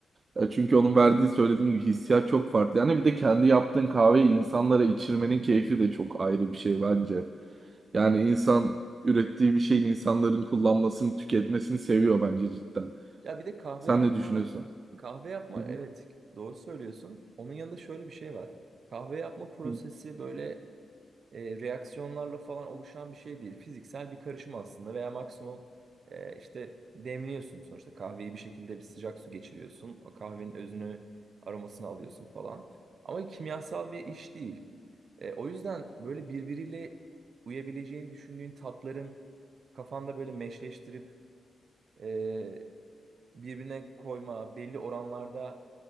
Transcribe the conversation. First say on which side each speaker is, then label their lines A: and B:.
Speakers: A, on the right; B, on the right.
A: E, Çünkü onun verdiği söylediğim gibi hissiyat çok farklı. Yani bir de kendi yaptığın kahveyi insanlara içirmenin keyfi de çok ayrı bir şey bence. Yani insan ürettiği bir şeyin insanların kullanmasını, tüketmesini seviyor bence cidden.
B: Ya bir de kahve
A: Sen
B: yapma,
A: ne düşünüyorsun?
B: kahve yapma
A: Hı
B: evet doğru söylüyorsun. Onun yanında şöyle bir şey var. Kahve yapma prosesi
A: hı.
B: böyle e, reaksiyonlarla falan oluşan bir şey değil. Fiziksel bir karışım aslında veya maksimum e, işte demliyorsun sonuçta. Kahveyi bir şekilde bir sıcak su geçiriyorsun. O kahvenin özünü, aromasını alıyorsun falan. Ama kimyasal bir iş değil. E, o yüzden böyle birbiriyle uyabileceğini düşündüğün tatların kafanda böyle meşleştirip e, birbirine koyma, belli oranlarda